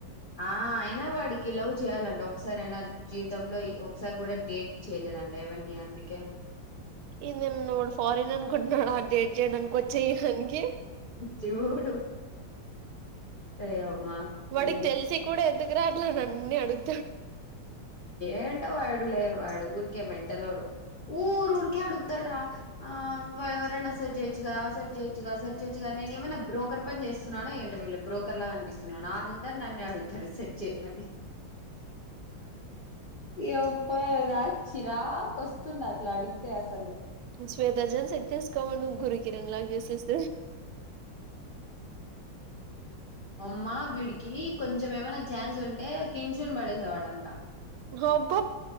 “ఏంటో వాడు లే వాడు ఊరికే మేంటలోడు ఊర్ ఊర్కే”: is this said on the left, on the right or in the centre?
Left